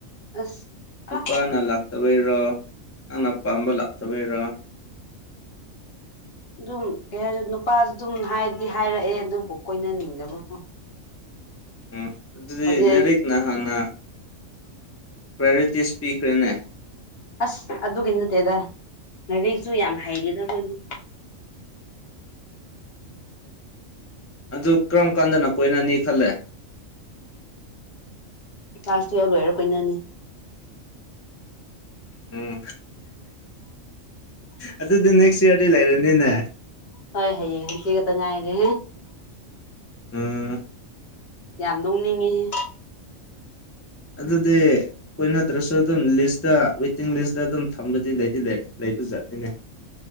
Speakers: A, on the left; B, on the left.
A: ꯑꯁ
B: ꯅꯨꯄꯥꯅ
A: ꯑ
B: ꯂꯥꯛꯇꯕꯩꯔꯣ ꯅꯪꯅꯄꯥꯝꯕ ꯂꯥꯛꯇꯕꯩꯔꯣ
A: ꯑꯗꯨꯝ ꯀꯩ ꯍꯥꯏꯔ ꯅꯨꯄꯥꯁꯨ ꯑꯗꯨꯝ ꯍꯥꯏꯔꯗꯤ ꯍꯥꯏꯔꯛꯑꯦ ꯑꯗꯨꯕꯨ ꯀꯣꯏꯅꯅꯤꯡꯗꯕꯕꯨꯣ
B: ꯎꯝ ꯑꯗꯨꯗꯤ
A: ꯍꯧꯖꯤꯛ
B: ꯂꯥꯏꯔꯤꯛꯅ
A: ꯑꯩ
B: ꯍꯥꯟꯅ ꯄ꯭ꯔꯥꯏꯌꯣꯔꯤꯇꯤꯁ ꯄꯤꯈ꯭ꯔꯦꯅꯦ
A: ꯑꯁ ꯑꯗꯨꯒꯤ ꯅꯠꯇꯦꯗ ꯉꯥꯏꯔꯤꯛꯁꯨ ꯌꯥꯝ ꯍꯩꯔ ꯑꯗ ꯑꯩꯈꯣꯏꯗꯤ
B: ꯑꯗꯨ ꯀꯔꯝ ꯀꯥꯟꯗꯅ ꯀꯣꯏꯅꯅꯤ ꯈꯜꯂꯦ
A: ꯂꯥꯁꯇ ꯌꯥꯎ ꯂꯣꯏꯔ ꯀꯣꯏꯅꯥꯅꯤ
B: ꯎꯝ ꯑꯗꯨꯗꯤ ꯅꯦꯛꯁ ꯏꯌꯥꯔꯗꯤ ꯂꯩꯔꯅꯤꯅꯦ
A: ꯍꯣꯏ ꯍꯌꯦꯡ ꯍꯆꯤ ꯈꯛꯇ ꯉꯥꯏꯔꯦ
B: ꯎꯝ
A: ꯌꯥꯝ ꯅꯣꯛꯅꯤꯡꯉꯤꯍꯦ
B: ꯑꯗꯨꯗꯗꯤ ꯀꯣꯏꯅꯗ꯭ꯔꯁꯨ ꯑꯗꯨꯝ ꯂꯤꯁꯇ ꯋꯦꯇꯤꯡ ꯂꯤꯁꯇ ꯑꯗꯨꯝ ꯊꯝꯕꯗꯤ ꯂꯩꯗꯤ ꯂꯩ ꯂꯩꯕꯖꯥꯠꯅꯤꯅꯦ